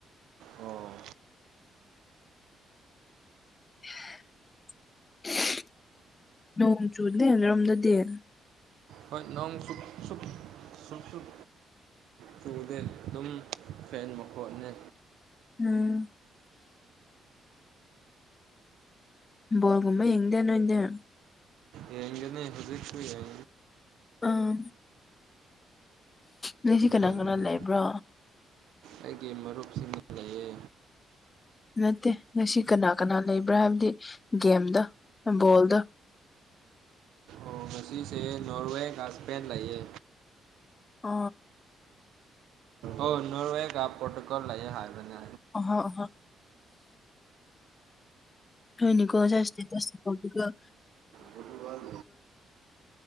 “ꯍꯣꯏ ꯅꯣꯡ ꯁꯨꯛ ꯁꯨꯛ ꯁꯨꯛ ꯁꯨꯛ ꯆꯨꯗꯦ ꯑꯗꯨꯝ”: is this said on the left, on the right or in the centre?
Right